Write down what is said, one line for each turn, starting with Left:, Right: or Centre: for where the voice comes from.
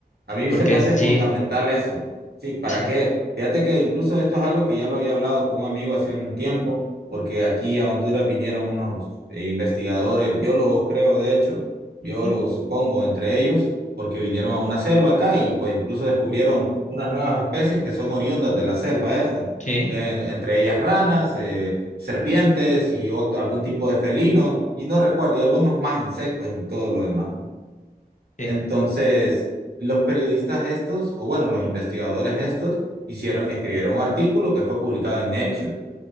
Right: A mí
Left: porque
Right: se me hace
Left: sí,
Right: fundamental eso. Sí, ¿para
Left: sí,
Right: qué? Fíjate que incluso esto es algo que ya lo había hablado con un amigo hace un tiempo, porque aquí a Honduras vinieron unos eh, investigadores, biólogos creo, de hecho, biólogos
Left: ujú,
Right: supongo, entre ellos, porque vinieron a una selva acá y pues incluso descubrieron unas nuevas especies que son oriundas de la selva esta,
Left: sí,
Right: en- entre ellas ranas, eh, serpientes y otro, algún tipo de felino, y no recuerdo, y algunos más insectos y todo lo demás. ¿no?
Left: sí.
Right: Entonces, los periodistas estos, o bueno, los investigadores estos, hicieron, escribieron un artículo que fue publicado en Nature.